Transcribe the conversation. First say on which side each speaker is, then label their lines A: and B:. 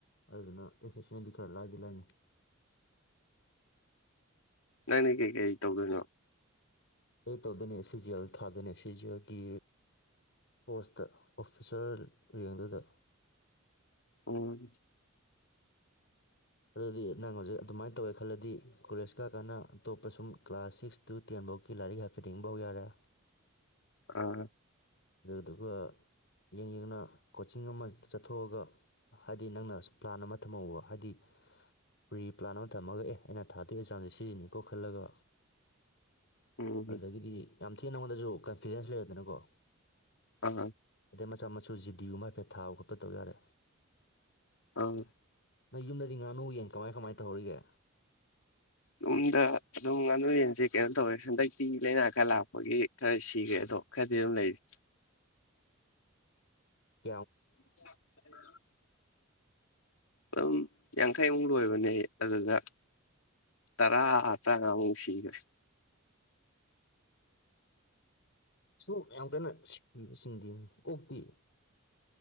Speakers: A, on the left; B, on the left.
A: ꯑꯗꯨꯗꯨꯅ ꯑ ꯁꯁꯤꯗꯤ ꯈꯔ ꯂꯥꯗ ꯂꯥꯅꯤ
B: ꯅꯪꯅꯦ ꯀꯩꯀꯩ ꯇꯧꯗꯣꯏꯅꯣ
A: ꯑꯩ ꯇꯧꯗꯅꯤ ꯁꯤꯖꯤꯜ ꯊꯥꯗꯅꯤ ꯁꯤꯖꯤꯦꯜꯒꯤ ꯄꯣꯁꯇ ꯑꯣꯐꯤꯁꯥꯔ ꯌꯦꯡꯗꯨꯗ
B: ꯎꯝ
A: ꯑꯗꯨꯗꯤ ꯅꯪ ꯍꯧꯖꯤꯛ ꯑꯗꯨꯃꯥꯏꯅ ꯇꯧꯋꯦ ꯈꯜꯂꯗꯤ ꯀꯣꯂꯦꯖ ꯀꯥꯀꯅ ꯑꯇꯣꯞꯄ ꯁꯨꯝ ꯀ꯭ꯂꯥꯁ ꯁꯤꯛꯁ ꯇꯨ ꯇꯦꯟꯐꯧꯒꯤ ꯂꯥꯏꯔꯤꯛ ꯍꯥꯏꯐꯦꯠꯡ ꯐꯥꯎ ꯌꯥꯔꯦ
B: ꯑꯥ
A: ꯑꯗꯨꯗꯨꯒ ꯌꯦꯡ ꯌꯦꯡꯅ ꯀꯣꯆꯤꯡ ꯑꯃ ꯆꯠꯊꯣꯛꯑꯒ ꯍꯥꯏꯗꯤ ꯅꯪꯅ ꯑ ꯄ꯭ꯂꯥꯟ ꯑꯃ ꯊꯝꯍꯧꯕ ꯍꯥꯏꯗꯤ ꯐ꯭ꯔꯤ ꯄ꯭ꯂꯥꯟ ꯑꯃ ꯊꯝꯃꯒ ꯑꯦ ꯑꯩꯅ ꯊꯥꯗꯣꯏꯒꯤ ꯆꯥꯡꯁꯦ ꯁꯤꯟꯅꯩ ꯀꯣꯛꯍꯠꯂꯒ
B: ꯎꯝ
A: ꯑꯗꯨꯗꯒꯤꯗꯤ ꯌꯥꯝ ꯊꯤꯅ ꯅꯉꯣꯟꯗꯁꯨ ꯀꯟꯐꯤꯗꯦꯟꯁ ꯂꯩꯔꯗꯅꯀꯣ
B: ꯑꯥ
A: ꯃ ꯆꯝꯆꯁꯨꯁꯤꯖꯤꯗꯌ ꯍꯥꯏꯐꯦꯠ ꯊꯥꯕ ꯈꯣꯠꯄ ꯇꯧ ꯌꯥꯔꯦ
B: ꯑ
A: ꯅꯪ ꯌꯨꯝꯗꯗꯤ ꯉꯥꯅꯨ ꯌꯦꯡ ꯀꯃꯥꯏ ꯀꯃꯥꯏꯅ ꯇꯧꯍꯔꯤꯒꯦ
B: ꯌꯨꯝꯗ ꯑꯗꯨꯝ ꯉꯥꯅꯨ ꯌꯦꯟꯁꯦ ꯀꯩꯅꯣ ꯇꯧꯋꯦ ꯍꯟꯗꯛꯇꯤ ꯂꯥꯏꯅꯥ ꯈꯔ ꯂꯥꯛꯄꯒꯤ ꯈꯔ ꯁꯤꯈ꯭ꯔꯦ ꯑꯗꯣ ꯈꯔꯗꯤ ꯑꯗꯨꯝ ꯂꯩꯔꯤ
A: ꯑ
B: <inaudible> ꯑꯗꯨꯝ ꯌꯥꯡꯈꯩꯃꯨꯛ ꯂꯣꯏꯕꯅꯦ ꯑꯗꯨꯗ ꯇꯔꯥ ꯇꯔꯥꯉꯥꯃꯨꯛ ꯁꯤꯈ꯭ꯔꯦ
A: ꯁ ꯌꯥꯝ ꯀꯟꯅ ꯁꯤꯕꯁꯤꯡꯗꯤꯅꯤ ꯑꯣꯣꯛꯄꯤꯤ